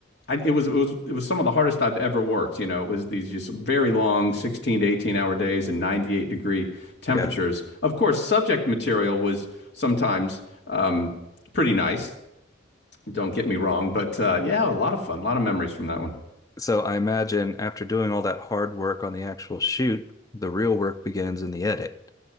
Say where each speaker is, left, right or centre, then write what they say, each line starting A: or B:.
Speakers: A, on the left; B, on the left.
A: I, it was it was it was some of the hardest I've ever worked. You know, it was these just very long 16 to 18 hour days and 98 degree temperatures.
B: Yeah.
A: Of course, subject material was sometimes um, pretty nice. Don't get me wrong, but uh, yeah, a lot of fun, a lot of memories from that one.
B: So I imagine after doing all that hard work on the actual shoot, the real work begins in the edit.